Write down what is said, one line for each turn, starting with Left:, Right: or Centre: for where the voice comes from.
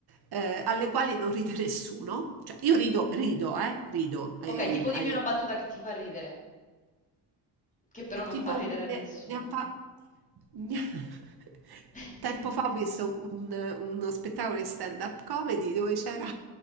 Right: eh, alle quali non ride <laughs> nessuno. Cioè, io rido, rido, eh, rido. eh,
Left: Ok, tipo dimmi
Right: ai-
Left: una battuta che ti fa ridere, che però
Right: è
Left: non
Right: tipo,
Left: fa ridere a
Right: ne,
Left: nessuno.
Right: ne ha fa- ne- <laughs>
Left: <laughs>
Right: tempo fa ho visto un- uno spettacolo di stand-up comedy dove c'era